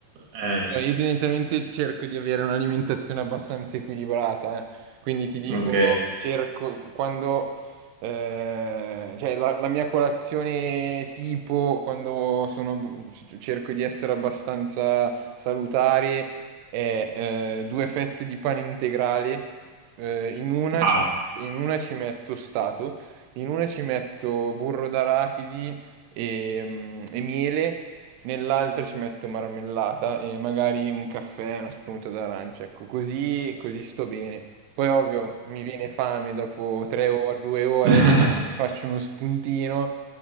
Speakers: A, on the right; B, on the right.
A: Eh,
B: eh, io tendenzialmente cerco di avere un'alimentazione abbastanza equilibrata, eh. Quindi ti dico,
A: ok.
B: cerco quando, eh, cioè la, la mia colazione tipo, quando sono, cerco di essere abbastanza salutare, è eh, due fette di pane integrale, eh, in una
A: Wow.
B: ci in una ci metto stato. In una ci metto burro d'arachidi e, mm, e miele, nell'altra ci metto marmellata e magari un caffè, una spremuta d'arancia. Ecco, così, così sto bene. Poi ovvio mi viene fame dopo tre ore, due ore,
A: <laughs>
B: faccio uno spuntino,